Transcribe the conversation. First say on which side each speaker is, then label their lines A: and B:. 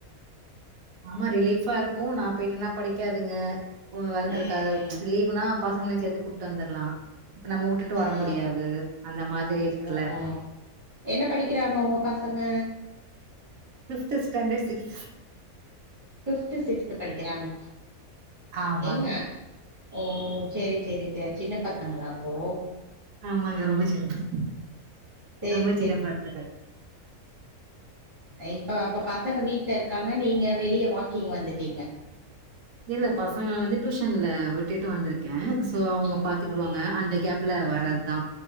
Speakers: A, on the right; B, on the right.
A: ஆமா ரிலீஃபா இருக்கு நா போயிட்டனா படிக்காதுங்க ஓ வொர்க்கு
B: ம்
A: இருக்க லீவ் னா பசங்களையு சேத்து கூட்டு வந்துரலா இப்ப நம்ம உட்டுட்டு
B: ஆ
A: வர முடியாது அந்த மாதிரி இருக்குல்ல
B: ஓ என்ன படிக்கிறாங்க உங்க பசங்க
A: fifth standard sixth
B: fifth sixth படிக்கிறாங்க
A: ஆமாங்க.
B: ஏங்க ஓ சேரி சேரி சேரி சின்ன பசங்களா அப்போ
A: ஆமாங்க ரொம்ப சின்ன பசங்க
B: சரி
A: ரொம்ப
B: சரி
A: சின்ன பசங்க
B: இப்ப அப்ப பசங்க வீட்ல இருக்காங்க நீங்க வெளியே வாக்கிங் வந்துட்டீங்க
A: இல்ல பசங்கள வந்து டியூஷன்ல விட்டுட்டு வந்திருக்கே சோ அவங்க
B: ஓ
A: பாத்துக்கிடுவாங்க
B: ஓ
A: அந்த கேப் ல வர்றதுதா